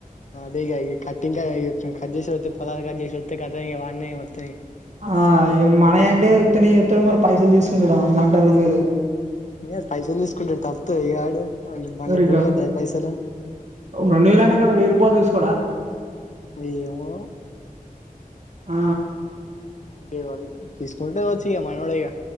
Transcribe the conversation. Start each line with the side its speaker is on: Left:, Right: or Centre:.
Left: అదే గా ఇ కటింగ్ కట్ చేసే పొలాలు కట్ చేసే <unintelligible>
Right: ఆ ఈమ్మా ఎ అంటే ఉత్తనే చేతాడ మరి పైసలు తీసుకుంటడ గంటకు రెండు వేలు.
Left: ఇగ పైసలు తీసుకుంటే తప్పేయాడు అంట మళ్ళా
Right: ఎవరికా
Left: బుడి వద్దా పైసలు
Right: రెండు వేలు అనే కాడ వెయ్యి రూపాయలు తీసుకోడా
Left: ఏమో
Right: ఆ
Left: తేవాలి తీసుకుంటే వచ్చిగ మనోడే గ